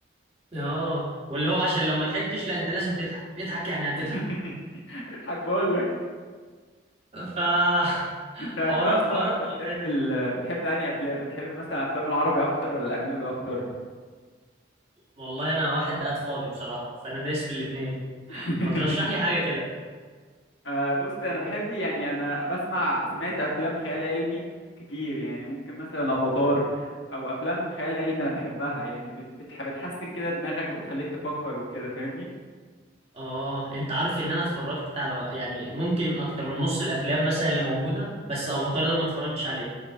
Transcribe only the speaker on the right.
اه واللي هو عشان لو ما ضحكتش لا انت لازم تضحك اضحك يعني هتضحك
ف <laughs>
حوارات
حوارات
تعبانة
والله انا واحد قاعد فاضي بصراحة فانا دايس في الاتنين
ما ترشح لي حاجة كده
اه انت عارف ان انا اتفرجت على يعني ممكن اكتر من نص الافلام مثلا اللي موجودة بس افاتار ده ما اتفرجتش عليه